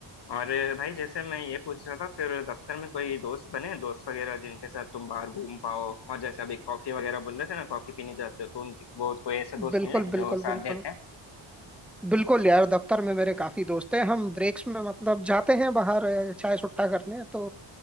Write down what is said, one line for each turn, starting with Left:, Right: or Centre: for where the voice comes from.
Left: और भाई जैसे मैं ये पूछ रहा था फिर दफ्तर में कोई दोस्त बने दोस्त वगैरह जिनके साथ तुम बाहर घूम पाओ और जैसे अभी कॉफी वगैरह बोल रहे थे ना कॉफी पीने जाते हो तो उनके वो कोई ऐसे दोस्त
Centre: बिल्कुल
Left: मिले जो
Centre: बिल्कुल
Left: साथ
Centre: बिल्कुल
Left: देते हैं
Centre: बिल्कुल यार दफ्तर में मेरे काफी दोस्त हैं हम ब्रेक्स में मतलब जाते हैं बाहर अ, चाय सुट्टा करने तो